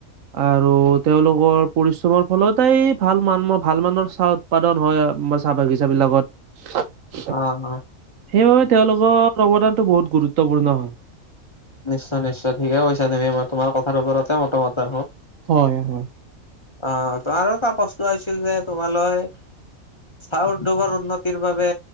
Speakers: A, on the right (about 70°); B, on the left (about 25°).
A: <inaudible> আৰু তেওঁলোকৰ পৰিশ্ৰমৰ ফলতই ভাল মান ভাল মানৰ চাহ উৎপাদন হয়। অসমৰ চাহ বাগিছা বিলাকত।
B: অ অ
A: সেইবাবে তেওঁলোকৰ অৱদানতটো বহুত গুৰুত্বপূৰ্ণ হয়।
B: নিশ্চয় নিশ্চয় ঠিকেই কৈছা তুমি। মই তোমাৰ কথাৰ ওপৰতে মতামত।
A: হয় হয়।
B: অঁ, আৰু এটা প্ৰশ্ন আছিল যে তোমালৈ- চাহ উদ্যোগৰ উন্নতিৰ বাবে